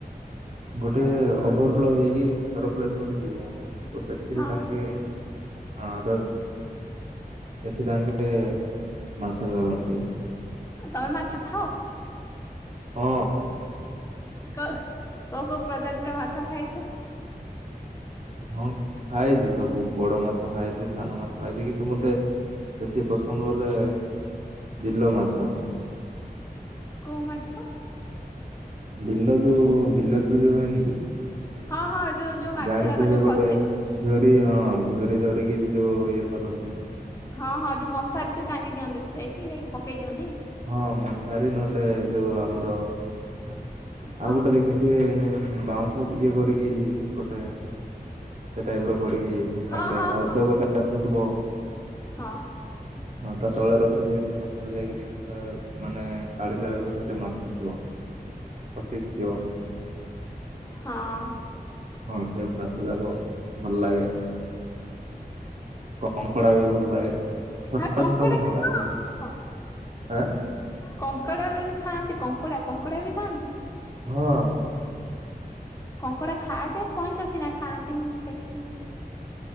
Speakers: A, on the right; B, on the left.
A: ଗୋଟେ ଓଭୋର ଫ୍ଲୋ ହେଇକି ସରପ୍ଲସ୍ ଗୋଟେ ଥିବ ତ ସେଥିରେ
B: ହଁ
A: ତାଙ୍କେ ହଁ ତ ସେଠି ତାଙ୍କେ ମାଛ ଧରନ୍ତି।
B: ତମେ ମାଛ ଖାଅ?
A: ଓ।
B: କ କୋଉ କୋଉ ପ୍ରଜାତିରେ ମାଛ ଖାଇଚ?
A: ହଁ ଖାଇଥିଲି ସବୁ ବଡ ମାଛ ଖାଇଚି ସାନ ମାଛ ଖାଇଚି କିନ୍ତୁ ମତେ ବେଶୀ ପସନ୍ଦ ବୋଲେ ବିଲ ମାଛ।
B: କୋଉ ମାଛ?
A: ବିଲ ଯୋଉ ବିଲରେ ଯୋଉ ହୁଏନ କି
B: ହଁ ହଁ ଯୋଉ ଯୋଉ ମାଛ
A: ଜାଣିଥିବେ
B: ଯାକ ଯୋଉ
A: ଗୋଟେ
B: ଫସେ
A: ଝୁରି ହଁ ଝୁୁରି ଧରିକି ଯୋଉ ଇଏ କରନ୍ତି।
B: ହଁ ହଁ ଯୋଉ ମଶାରୀ ଯୋଉ ଟାଙ୍ଗି ଦିଅନ୍ତି ସେଇଠି ଯାଇକି ପକେଇ ଦିଅନ୍ତି।
A: ହଁ ମଶାରୀ ନହେଲେ ଯୋଉ ଆମର ଆଉ
B: ହଁ
A: ଗୋଟେ ଦେଖିଥିବେ ହୁଁ ବାଉଁଶ ଇଏ କରିକି ଗୋଟେ ସେ ଟାଇପର କରିକି ତାଙ୍କେ
B: ହଁ ହଁ
A: ହ୍ରଦ
B: ହଁ
A: ଗୋଟେ ଆସୁଥିବ।
B: ହଁ
A: ହଁ ତା ତଳେ ରଖିଥିବେ ତ ସଖାଳେ ଯାଇକି ଦେଖିବା ମାନେ କାଢିଲା ବେଳକୁ ସେଠି ମାଛ ଥିବ। ପସିଥିବ
B: ହଁ
A: ହଁ ସେ ମାଛ ଯାକ ଭଲଲାଗେ କଙ୍କଡା ବି ଭଲଲାଗେ। ଛୋଟ
B: ହଁ କଙ୍କଡା
A: ଛୋଟ କଙ୍କଡ଼ା ଯେ
B: ହଁ
A: ଆଁ
B: କଙ୍କଡା ବି ଖାଆନ୍ତି କଙ୍କଡା କଙ୍କଡା ବି ଖାଆନ୍ତି?
A: ହଁ।
B: କଙ୍କଡା ଖାଆଯାଏ କଇଁଛ ସିନା ଖାଆନ୍ତି ମୁଁ ଦେଖିଥିଲି।